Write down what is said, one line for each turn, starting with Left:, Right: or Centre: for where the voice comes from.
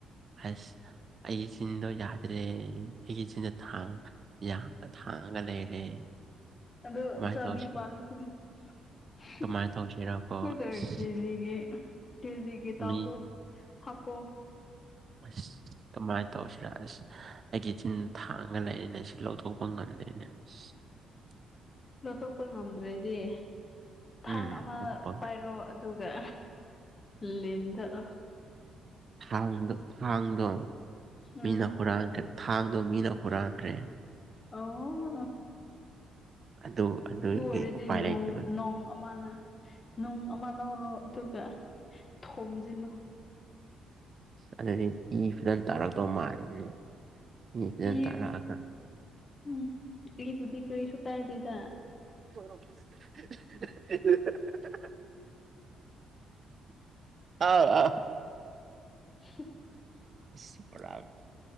Right: ꯑꯁ ꯑꯩꯒꯤ ꯆꯤꯟꯗꯣ ꯌꯥꯗ꯭ꯔꯦ ꯑꯩꯒꯤ ꯏꯆꯤꯟꯗ ꯊꯥꯡ ꯌꯥ ꯊꯥꯡꯉꯒ ꯂꯩꯔꯦ
Left: ꯑꯗꯣ
Right: ꯀꯃꯥꯏꯅ
Left: ꯆꯕꯤ
Right: ꯇꯧꯁꯤ
Left: ꯄꯥꯟꯁꯨꯅꯣ <unintelligible>
Right: ꯀꯃꯥꯏꯅ ꯇꯧꯁꯤꯔꯀꯣ
Left: ꯗꯔ
Right: ꯑꯁ
Left: ꯀꯦꯖꯤꯒꯤ ꯀꯦꯖꯤꯒꯤ ꯇꯥꯎꯗꯣ
Right: ꯃꯤ
Left: ꯍꯥꯞꯄꯣ
Right: ꯑꯁ ꯀꯃꯥꯏꯅ ꯇꯧꯁꯤꯔ ꯑꯁ ꯑꯩꯒꯤ ꯆꯤꯟ ꯊꯥꯡꯉ ꯂꯩꯔꯤꯅꯦ ꯁꯤ ꯂꯧꯊꯣꯛꯄ ꯉꯝꯗꯔꯦꯅꯦ ꯑꯁ <unintelligible>
Left: ꯂꯧꯊꯣꯛꯄ ꯉꯝꯗ꯭ꯔꯗꯤ ꯊꯥꯡ
Right: ꯎꯝꯄ
Left: ꯑꯃ ꯄꯥꯏꯔꯣ ꯗꯨꯒ ꯂꯦꯟꯗꯠ ꯂꯣ
Right: ꯊꯥꯡꯗꯣ ꯊꯥꯡꯗꯣ
Left: ꯎꯝ
Right: ꯃꯤꯅ ꯍꯨꯔꯥꯟ ꯈꯔꯦ ꯊꯥꯡꯗꯣ ꯃꯤꯅ ꯍꯨꯔꯥꯟꯈ꯭ꯔꯦ
Left: ꯑꯣ
Right: ꯑꯗꯨ꯫ ꯑꯗꯨꯒꯤ
Left: ꯑꯗꯨ ꯑꯣꯏꯔꯗꯤ
Right: ꯎꯄꯥꯏ
Left: ꯅꯣꯡ-ꯅꯣꯡ
Right: ꯂꯩꯇꯕꯒꯤ
Left: ꯑꯃꯅ꯫ ꯅꯨꯡ ꯑꯃ ꯂꯧꯔꯣ ꯑꯗꯨꯒ ꯊꯣꯝꯖꯤꯜꯂꯨ꯫
Right: ꯑꯁ ꯑꯗꯨꯗꯤ ꯏ ꯐꯖꯅ ꯇꯥꯔꯛꯇꯧ ꯃꯥꯜꯂꯤꯅꯦ꯫ ꯐꯖꯅ
Left: ꯏ
Right: ꯇꯥꯔꯛꯑꯒ
Left: ꯎꯝ ꯏꯕꯨꯗꯤ ꯀꯔꯤꯁꯨꯨ ꯀꯥꯏꯗꯦꯗ꯫
Right: <unintelligible> ꯑꯥꯎ ꯑꯥꯎ꯫
Left: <unintelligible>
Right: ꯏꯁ ꯄꯨꯔꯥ꯫